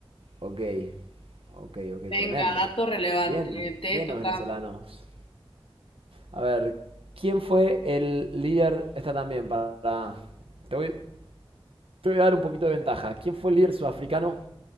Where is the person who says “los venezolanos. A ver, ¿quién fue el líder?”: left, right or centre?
Right